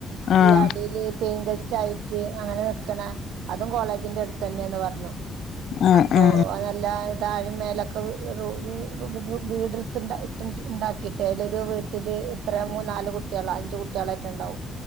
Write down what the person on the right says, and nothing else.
ഈ അടീല് പേയിങ് ഗസ്റ്റായിറ്റ് അങ്ങനെ അതും കോളേജിന്റെ അടുത്തെന്നെന്ന് പറഞ്ഞു
അപ്പൊ
അതല്ല താഴിം മേലൊക്കെ റൂമ് വീട്ത് ഇണ്ടാക്കിയിട്ടെ അതില് ഒരു വീട്ടില് എത്ര മൂനാല് കുട്ട കുട്ടേളോ അഞ്ച് കുട്ടേളോ എറ്റെ ഇണ്ടാവും